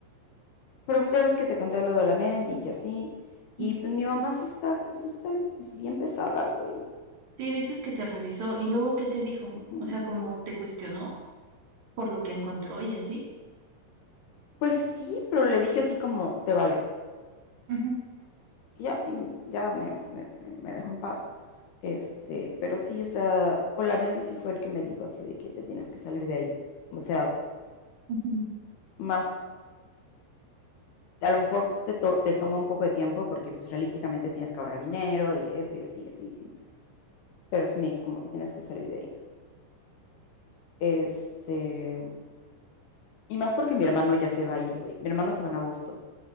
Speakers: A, on the left (about 65°); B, on the right (about 45°).
A: Pero pues ya ves que te conté lo de la Mendy y así. Y
B: Mm.
A: pues mi mamá sí está, sí está pues, bien pesada, güey.
B: Sí, dices que te revisó y luego ¿qué te dijo?
A: Ujú.
B: O sea, como te cuestionó por lo que encontró y así.
A: Pues sí, pero le dije así como, te vale.
B: Ujú,
A: Y ya, y m- ya me, me- me- me dejó en paz. Este, pero sí, o sea, o la Bendy sí fue el que me dijo así de que te tienes que salir de ahí. O sea,
B: ujú.
A: más, a lo mejor te, to- te toma un poco de tiempo porque pues realísticamente tienes que ahorrar dinero y esto y así, y así, y así. Pero sí me dijo como te tienes que salir de ahí. Este, Y más porque mi hermano ya se va a ir, güey. Mi hermano se va en agosto.